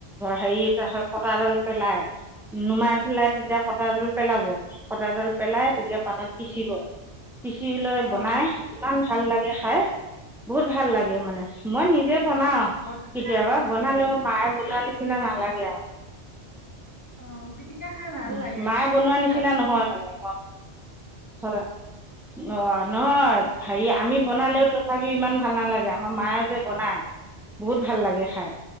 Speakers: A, in the centre; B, on the left.
A: হেৰি তাচত কটাডাল পেলাই। নুমাই পেলাই তেতিয়া কটাডাল পেলাব, কটাডাল পেলাই তেতিয়া পাত পিচিব, পিচি লৈ
B: অ
A: বনাই
B: অ
A: ভাল লাগে খাই, বহুত ভাল লাগে মানে মই নিজে বনাও
B: ঘৰত
A: কেতিয়াবা
B: খাই ভাল লাগে
A: বনালেও মায়ে বন নিচিনা নালাগে আও।
B: অ পিটিকা খাই ভাল
A: উ
B: লাগে
A: মায়ে
B: চব
A: বনোৱা
B: পিটিকাই
A: নিচিনা
B: খাই ভাল লাগে
A: নহয় মানে ব হয়, অ নহয় হেৰি আমি বনালেও তথাপিও ইমান ভাল নালাগে, আমাৰ মায়ে যে বনায় বহুত ভাল লাগে খাই,